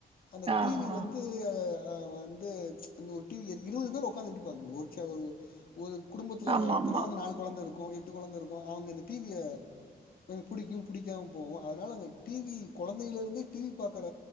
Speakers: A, on the left (about 65°); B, on the right (about 35°).
A: அந்த
B: ஆ
A: டி வி
B: ஆ
A: வந்து து அ வந்து ஒரு டி விய இருவது பேர் ஒக்காந்து எப்டி பாக்க முடியு ஒரு சே ஒரு குடும்பத்துல
B: ஆமா
A: ஒரு அத்தனா
B: ஆமா
A: வந்து நாலு கொழந்த இருக்கு எட்டு கொழந்த இருக்கு அவங்க இந்த டி விய புடிக்கு புடிக்காம போவு அதனால அங்க டி வி கொழந்தைல இருந்தே டி வி பாக்குற